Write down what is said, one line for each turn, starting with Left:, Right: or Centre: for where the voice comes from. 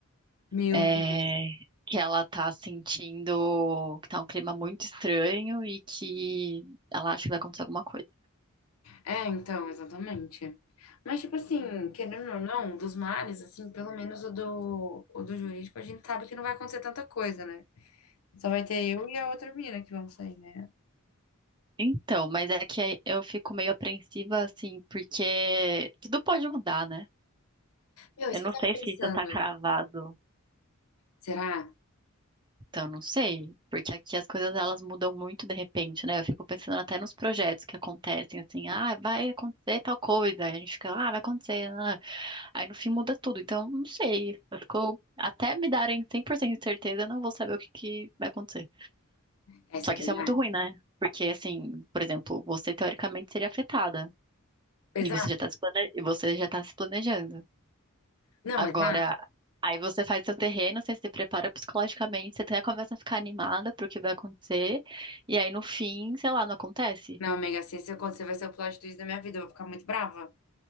Left: Meu
Right: É,
Left: Deus.
Right: que ela tá sentindo que tá um clima muito estranho e que ela acha que vai acontecer alguma coisa.
Left: É, então, exatamente. Mas, tipo assim, querendo ou não, dos males, assim, pelo menos o do, o do jurídico, a gente sabe que não vai acontecer tanta coisa, né? Só vai ter eu e a outra mina que vamos sair, né?
Right: Então, mas é que aí eu fico meio apreensiva, assim, porque tudo pode mudar, né?
Left: Meu,
Right: Eu
Left: isso
Right: não
Left: que eu tava
Right: sei
Left: pensando.
Right: se isso tá cravado,
Left: Será?
Right: então eu não sei, porque aqui as coisas elas mudam muito de repente, né? Eu fico pensando até nos projetos que acontecem, assim, ah, vai acontecer tal coisa, aí a gente fica, ah, vai acontecer, ah. Aí no fim muda tudo, então não sei, eu fico, até me darem 100% de certeza, eu não vou saber o que que vai acontecer.
Left: Essa
Right: Só
Left: é
Right: que
Left: verdade?
Right: isso é muito ruim, né? Porque, assim, por exemplo, você teoricamente seria afetada.
Left: Exato?
Right: E você já está se plane... e você já tá se planejando.
Left: Não,
Right: Agora,
Left: exato?
Right: aí você faz seu terreno, você se prepara psicologicamente, você até começa a ficar animada pro que vai acontecer, e aí no fim, sei lá, não acontece.
Left: Não, Mega se isso acontecer, vai ser o plot twist da minha vida. Eu vou ficar muito brava.